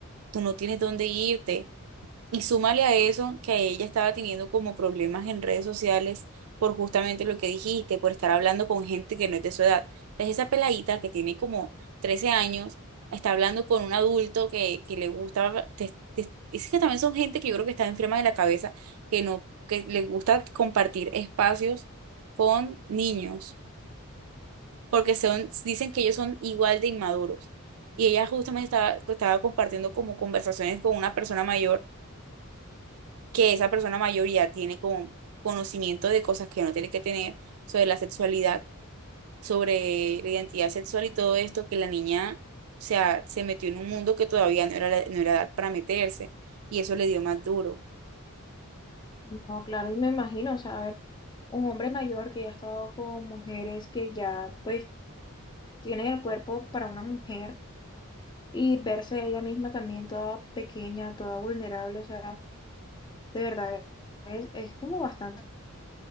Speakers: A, on the right (about 70°); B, on the left (about 20°).
A: tú no tienes dónde irte Y súmale a eso que ella estaba teniendo como problemas en redes sociales por justamente lo que dijiste, por estar hablando con gente que no es de su edad. Entonces esa peladita que tiene como 13 años está hablando con un adulto que, que le gusta, te- te- es que también son gente que yo creo que está enferma de la cabeza, que no, que le gusta compartir espacios con niños, porque son, dicen que ellos son igual de inmaduros. Y ella justamente estaba, estaba compartiendo como conversaciones con una persona mayor que esa persona mayoría tiene como conocimiento de cosas que no tiene que tener sobre la sexualidad, sobre la identidad sexual y todo esto, que la niña, o sea, se metió en un mundo que todavía no era, la- no era edad para meterse y eso le dio más duro.
B: No, claro, y me imagino, o sea, a ver, un hombre mayor que ya ha estado con mujeres que ya, pues, tienen el cuerpo para una mujer y verse ella misma también toda pequeña, toda vulnerable, o sea, de verdad, es, es como bastante.